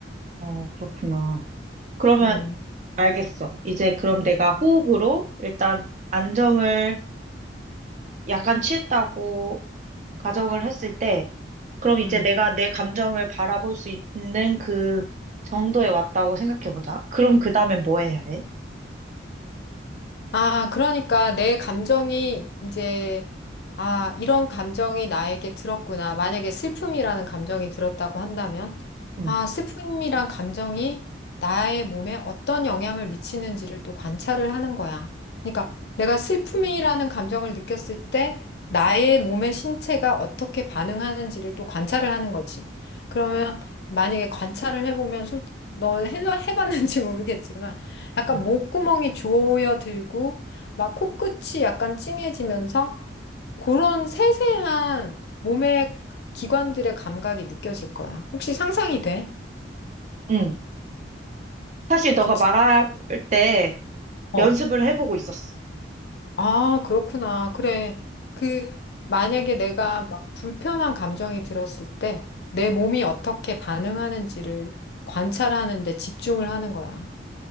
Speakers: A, on the right; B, on the left.
A: 어, 그렇구나. 그러면
B: 음,
A: 알겠어. 이제 그럼 내가 호흡으로 일단 안정을 약간 취했다고 가정을 했을 때, 그럼 이제
B: 음.
A: 내가 내 감정을 바라볼 수 있는 그 정도에 왔다고 생각해보자. 그럼 그 다음엔 뭐 해야 해?
B: 아, 그러니까 내 감정이 이제, 아, 이런 감정이 나에게 들었구나. 만약에 슬픔이라는 감정이 들었다고 한다면,
A: 응,
B: 아, 슬픔이란 감정이 나의 몸에 어떤 영향을 미치는지를 또 관찰을 하는 거야. 그러니까 내가 슬픔이라는 감정을 느꼈을 때 나의 몸의 신체가 어떻게 반응하는지를 또 관찰을 하는 거지. 그러면 만약에 관찰을 해보면 솔- 너 해- 해봤는지 모르겠지만, 약간
A: 응,
B: 목구멍이 조여들고 막 코끝이 약간 찡해지면서 그런 세세한 몸의 기관들의 감각이 느껴질 거야. 혹시 상상이 돼?
A: 응. 사실 너가
B: 그치?
A: 말할 때
B: 어.
A: 연습을 해보고 있었어.
B: 아, 그렇구나. 그래. 그 만약에 내가 막 불편한 감정이 들었을 때 내 몸이 어떻게 반응하는지를 관찰하는데 집중을 하는 거야.